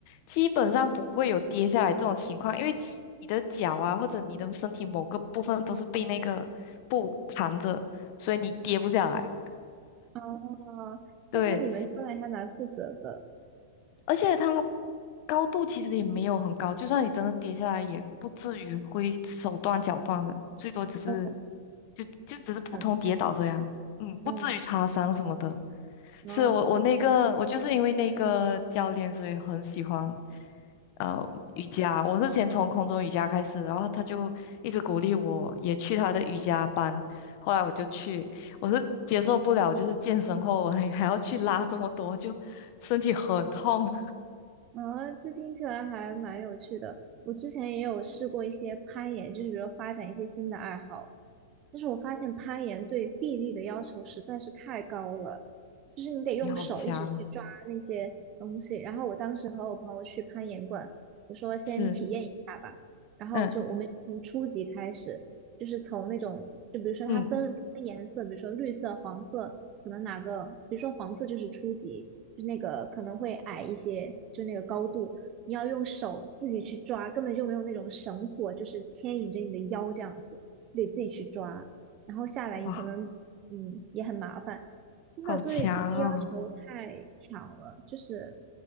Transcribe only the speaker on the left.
基本上不会有跌下来这种情况，因为肌你的脚啊或者你的身体某个部分都是被那个布缠着，所以你跌不下来。
对，
而且它高度其实也没有很高，就算你真的跌下来，也不至于会手断脚断的，最多只是
就就只是普通跌倒这样，
嗯，不至于擦伤什么的。
是我我那个我就是因为那个教练，所以很喜欢呃瑜伽。我是先从空中瑜伽开始，然后他就一直鼓励我，也去他的瑜伽班。后来我就去，我是接受不了，就是健身后我还还要去拉这么多，就身体很痛。
你好强，
是，
嗯
嗯，
哇，
好强哦，